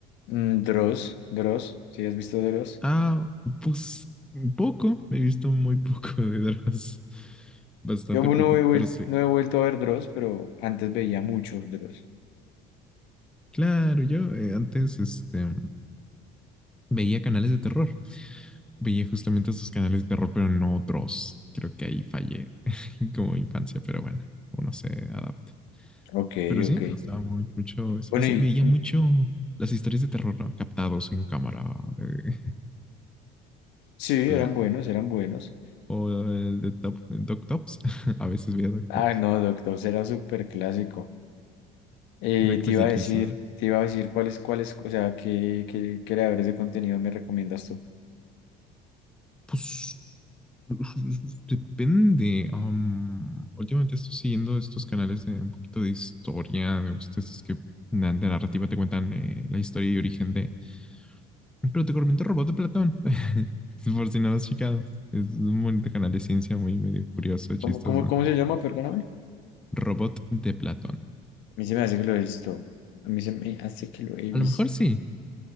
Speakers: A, on the left; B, in the centre.
A: Mm, Dross, Dross, ¿sí has visto Dross?
B: ah, pues un poco, he visto muy poco <laughs> de dramas, bastante
A: Yo no
B: poco,
A: he, vuel-
B: pero sí.
A: no he vuelto a ver Dross, pero antes veía mucho Dross.
B: Claro, yo eh, antes este, veía canales de terror. veía justamente esos canales de terror, pero no otros. Creo que ahí fallé <laughs> como infancia, pero bueno, uno se adapta.
A: Ok,
B: Pero sí,
A: ok.
B: me gustaba muy, mucho. eso.
A: Bueno,
B: Ese- veía
A: y
B: mucho las historias de terror ¿no? captados en cámara. eh,
A: sí,
B: <laughs> la-
A: eran buenos, eran buenos.
B: o el de Top, Doc Tops. <laughs> A veces veía Doc
A: Ah,
B: Tops.
A: no, Doctor era súper clásico. Eh,
B: Era clasiquísimo.
A: te iba a decir, te iba a decir cuáles, cuáles, o sea, qué, qué creadores de contenido me recomiendas tú.
B: Pues <laughs> depende. am, últimamente estoy siguiendo estos canales de un poquito de historia. Me gustan estos que na- de narrativa te cuentan eh, la historia y origen de Pero te corriente robot de Platón. <laughs> Por si no lo has checado. Es un bonito canal de ciencia muy medio curioso,
A: ¿Cómo,
B: chistoso.
A: cómo, cómo se llama? Perdóname.
B: Robot de Platón.
A: A mí se me hace que lo he visto. A mí se me hace que lo he visto.
B: A lo mejor sí.